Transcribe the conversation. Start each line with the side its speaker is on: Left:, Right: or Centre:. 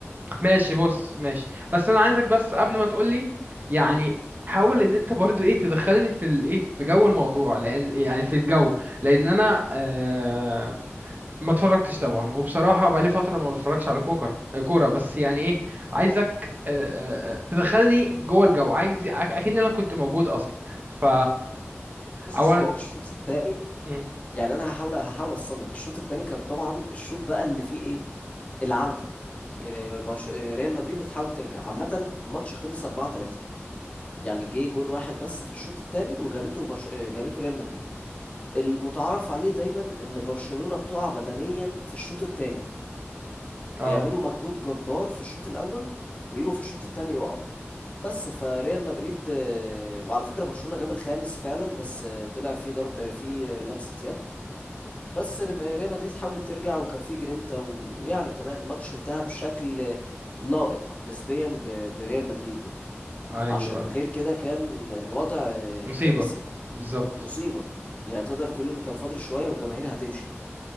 Right: ماشي بص ماشي بس انا عايزك بس قبل ما تقولي يعني حاول ان انت برضو ايه تدخلني في الايه في جو الموضوع لان يعني في الجو لان انا آه ما اتفرجتش طبعا وبصراحه بقالي فتره ما بتفرجش على كوكر آه، كوره بس يعني ايه عايزك آه آه، آه، تدخلني جوه الجو عايز أك- اكيد انا كنت موجود اصلا ف
Left: بص
Right: اولا
Left: هو الشوط الثاني
Right: مم،
Left: يعني انا هحاول هحاول اوصل لك الشوط الثاني كان طبعا الشوط بقى اللي فيه ايه العودة إيه، برش- إيه، ريال مدريد بتحاول ترجع عامة الماتش خلص 4 3 يعني جه جون واحد بس في الشوط الثاني وجابته برش... إيه، جابته ريال مدريد المتعارف عليه دايما ان برشلونة بتقع بدنيا في الشوط الثاني
Right: اه
Left: بيعملوا مجهود جبار في الشوط الاول ويجوا في الشوط الثاني يقعوا بس فريال مدريد آه، وعلى فكرة برشلونة جاب الخامس فعلا بس آه، طلع في ضرب آه، في آه، لمسة يد بس ريم- آه، ريال مدريد حاولت ترجع وكان في جرينتا ويعني تمام الماتش انتهى بشكل لائق نسبيا ب- بريال مدريد يعني
Right: ايوه
Left: عشان غير كده كان الوضع آه،
Right: مصيبه
Left: كارثي
Right: بالظبط
Left: مصيبة يعني تقدر تقول ان كان فاضل شوية والجماهير هتمشي